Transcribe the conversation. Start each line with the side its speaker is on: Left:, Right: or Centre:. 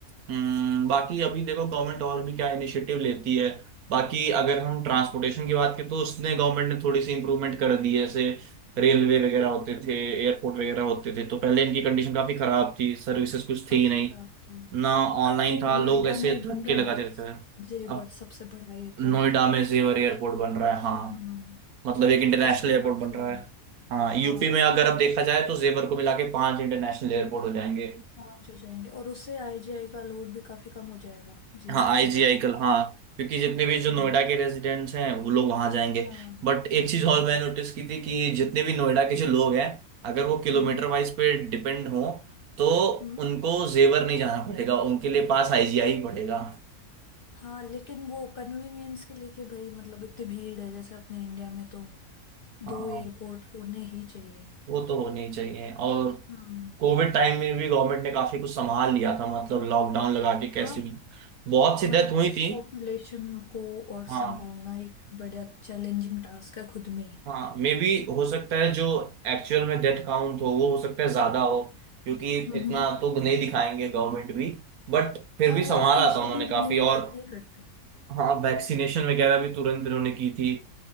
Right: हम्म, बाकी अभी देखो गवर्नमेंट और भी क्या इनिशिएटिव लेती है बाकी अगर हम ट्रांसपोर्टेशन की बात करें तो उसने गवर्नमेंट ने थोड़ी सी इंप्रूवमेंट कर दी है जैसे रेलवे वगैरह होते थे एयरपोर्ट वगैरह होते थे तो पहले इनकी कंडीशन काफी खराब थी सर्विसेज कुछ
Left: काफी
Right: थी ही नहीं
Left: खराब थी
Right: ना ऑनलाइन
Left: अब तो
Right: था
Left: नोएडा
Right: लोग ऐसे
Left: में
Right: धक्के
Left: बन रहा
Right: लगाते
Left: है ना
Right: रहते थे
Left: जेवर
Right: अब
Left: सबसे बड़ा एयरपोर्ट
Right: नोएडा में जेवर एयरपोर्ट बन रहा है हाँ
Left: हम्म हम्म,
Right: मतलब एक इंटरनेशनल
Left: उसका
Right: एयरपोर्ट
Left: काफी
Right: बन रहा है हाँ
Left: हाँ
Right: यूपी में अगर अब देखा जाए तो जेवर को मिला के पांच इंटरनेशनल एयरपोर्ट हो जाएंगे
Left: हाँ अच्छे जाएंगे और उससे आईजीआई का लोड भी काफी कम हो जाएगा जेवर
Right: हाँ आईजीआई
Left: की वजह से
Right: कल हाँ क्योंकि जितने भी जो
Left: हम्म
Right: नोएडा के रेजिडेंट्स हैं वो लोग वहां जाएंगे
Left: हाँ
Right: बट एक चीज
Left: हम्म
Right: और मैंने नोटिस की थी कि जितने भी नोएडा के जो लोग हैं अगर वो किलोमीटर
Left: हम्म
Right: वाइज पे डिपेंड हो तो
Left: हम्म
Right: उनको जेवर नहीं जाना पड़ेगा उनके लिए पास आईजीआई ही पड़ेगा
Left: हाँ लेकिन वो कन्वीनियंस के लिए कि भाई मतलब इतनी भीड़ है जैसे अपने इंडिया में तो दो
Right: हाँ
Left: एयरपोर्ट होने ही चाहिए
Right: वो तो होने ही चाहिए और
Left: हम्म
Right: कोविड टाइम में भी गवर्नमेंट ने काफी कुछ संभाल लिया था मतलब लॉकडाउन लगा के कैसे
Left: हाँ
Right: भी बहुत सी
Left: मतलब
Right: डेथ हुई
Left: इस
Right: थी
Left: पॉपुलेशन को और
Right: हाँ
Left: संभालना एक बड़ा चैलेंजिंग टास्क है खुद में ही
Right: हाँ मे बी हो सकता है जो एक्चुअल में डेथ काउंट हो वो हो सकता है ज्यादा हो क्योंकि
Left: हम्म
Right: इतना तो नहीं दिखाएंगे गवर्नमेंट भी बट फिर
Left: हाँ
Right: भी संभाला
Left: वो ऑफिशियली
Right: था उन्होंने काफी
Left: रिलीज
Right: और
Left: नहीं करते
Right: हाँ वैक्सीनेशन वगैरह भी तुरंत इन्होंने की थी